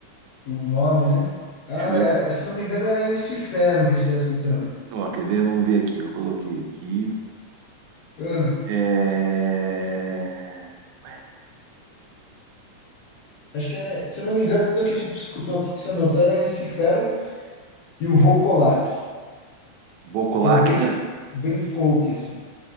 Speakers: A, on the left; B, on the right.
A: O nome, né? Ah,
B: deixa
A: é-
B: eu ver.
A: é, se eu não me engano, era Inferno que a gente tava escutando.
B: Ó, quer ver? Vamos ver aqui. Eu coloquei aqui.
A: Ah,
B: É... Ué,
A: acho que era. Se eu não me engano, o que a gente escutou aqui que você anotou era Inferno E o Vokolak,
B: Bocolacta
A: que era bem, f- bem folk, assim.